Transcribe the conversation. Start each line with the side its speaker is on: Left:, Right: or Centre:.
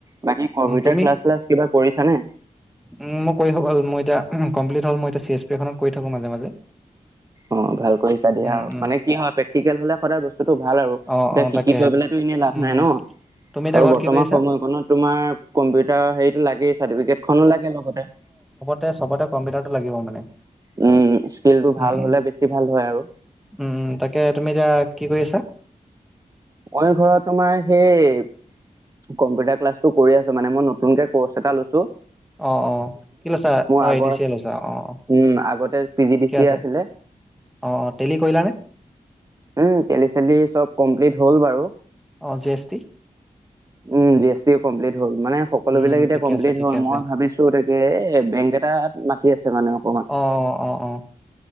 Right: বাকী কম্পিউটাৰ
Centre: উম', তুমি?
Right: ক্লাছ চ্লাছ কিবা কৰিছানে
Centre: উম', মই কৰি থাকো মই এতিয়া কমপ্লিট হ'ল মই এতিয়া চি এছ পি এখনত কৰি থাকো মাজে মাজে।
Right: অ', ভাল কৰিছা দিয়া,
Centre: উম উম
Right: মানে কি হয় প্ৰেক্টিকেল হ'লে সদায় বস্তুতটো ভাল আৰু
Centre: অ
Right: এতিয়া
Centre: অ
Right: শিক
Centre: তাকেহে
Right: শিকি থৈ পেলেটো এনেই লাভ
Centre: উম
Right: নাই ন?
Centre: তুমি এতিয়া
Right: আৰু
Centre: ঘৰত
Right: বৰ্তমান
Centre: কি কৰি আছা
Right: সময়কণত তোমাৰ কম্পিউটাৰ হেৰিতটো লাগেই চাৰ্টিফিকেট খনো লাগে লগতে।
Centre: তে চবতে কম্পিউটাৰটো লাগিব মানে।
Right: উম', স্কিল টো ভাল
Centre: উম, উম।
Right: হ'লে বেছি ভাল হয় আৰু।
Centre: উম', তাকে তুমি এতিয়া কি কৰি আছা?
Right: মই ঘৰত তোমাৰ সেই। কম্পিউটাৰ ক্লাছটো কৰি আছোঁ মানে মই নতুন কে কোৰ্চ এটা লৈছোঁ।
Centre: অ', -অ', কি লৈছা? অ',
Right: আগৰ
Centre: এ ডি চি এ লৈছা অ', -অ',।
Right: উম', আগতে পি জি
Centre: ঠিকে
Right: ডি চি য়ে
Centre: আছে
Right: আছিলে।
Centre: অ', -অ', টেলি কৰিলা নে?
Right: উম', টেলি-চেলি চব কমপ্লিট হ'ল বাৰু।
Centre: অ', জি এছ টি?
Right: উম', জি এছ টিও কমপ্লিট হ'ল মানে সকলোবিলাক
Centre: উম,
Right: এতিয়া
Centre: ঠিকে
Right: কমপ্লিট
Centre: আছে ঠিকে
Right: হ'ল
Centre: আছে।
Right: মই ভাবিছ তো তাকে, এ বেংক এটাত মাতি আছে মানে অ',।
Centre: অ', -অ', -অ', -অ',